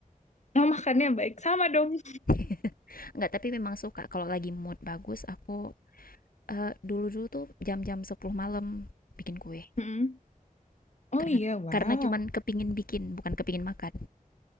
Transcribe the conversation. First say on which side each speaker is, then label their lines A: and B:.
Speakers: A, on the left; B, on the left.
A: Oh, makannya baik. Sama dong.
B: <laughs> Enggak, tapi memang suka kalau lagi mood bagus aku eh, dulu-dulu tuh jam-jam 10 malam bikin kue.
A: Mm-mm. Oh
B: Karena
A: iya, wow.
B: karena cuman kepingin bikin, bukan kepingin makan.